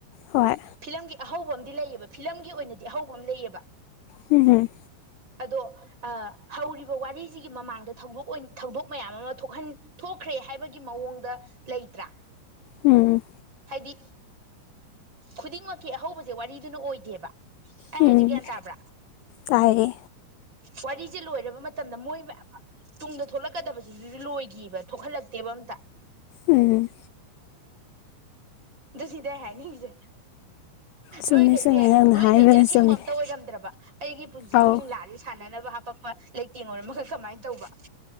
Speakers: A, on the left; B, on the right.
A: ꯍꯣꯏ
B: ꯐꯤꯂꯝꯒꯤ ꯑꯍꯧꯕ ꯑꯃꯗꯤꯝ ꯂꯩꯌꯦꯕ ꯐꯤꯂꯝꯒꯤ ꯑꯣꯏꯅꯗꯤ ꯑꯍꯧꯕ ꯑꯃ ꯂꯩꯑꯕ
A: ꯍꯝ ꯍꯝ
B: ꯑꯗꯣ ꯍꯧꯔꯤꯕ ꯋꯥꯔꯤꯁꯤꯒꯤ ꯃꯃꯥꯡꯗ ꯊꯧꯗꯣꯛ ꯊꯧꯗꯣꯛ ꯃꯌꯥꯝ ꯑꯃ ꯊꯣꯛꯍꯟ ꯊꯣꯛꯈ꯭ꯔꯦ ꯍꯥꯏꯕꯒꯤ ꯃꯑꯣꯡꯗ ꯂꯩꯇ꯭ꯔꯥ
A: ꯎꯝ
B: ꯍꯥꯏꯗꯤ ꯈꯨꯗꯤꯡꯃꯛꯀꯤ ꯑꯍꯧꯕꯖꯦ ꯋꯥꯔꯤꯗꯨꯅ ꯑꯣꯏꯗꯦꯕ꯫ ꯑꯩ
A: ꯎꯝ
B: ꯍꯥꯏꯁꯦ ꯒ꯭ꯌꯥꯟ ꯇꯥꯕ꯭ꯔꯥ
A: ꯇꯥꯏꯌꯦ꯫
B: ꯋꯥꯔꯤꯖꯦ ꯂꯣꯏꯔꯕ ꯃꯇꯝꯗ ꯃꯣꯏꯃ ꯇꯨꯡꯗ ꯊꯣꯛꯂꯛꯀꯗꯕꯗꯨꯁꯨ ꯂꯣꯏꯒꯤꯕ ꯊꯣꯛꯍꯜꯂꯛꯇꯦꯕ ꯑꯝꯇ꯫
A: ꯎꯝ
B: ꯗ ꯁꯤꯗ ꯍꯥꯏꯅꯤꯡꯖꯦ
A: ꯆꯨꯝꯃꯦ
B: ꯅꯣꯏꯈꯩꯖꯦ
A: ꯆꯨꯝꯃꯦ ꯅꯪꯅ
B: ꯅꯣꯏꯈꯩꯖꯦ
A: ꯍꯥꯏꯕꯅ
B: ꯑꯁꯦꯡꯕ
A: ꯆꯨꯝꯃꯦ
B: ꯑꯝꯇ ꯑꯣꯏꯔꯝꯗ꯭ꯔꯕ ꯑꯩꯒꯤ ꯄꯨꯟꯁꯤꯒꯤ
A: ꯑꯧ
B: ꯂꯤꯂꯥꯖꯤ ꯁꯥꯟꯅꯅꯕ ꯍꯥꯄꯛꯄ ꯂꯩꯇꯦꯡ ꯑꯣꯏꯔꯝꯃꯒ ꯀꯃꯥꯏ ꯇꯧꯕ?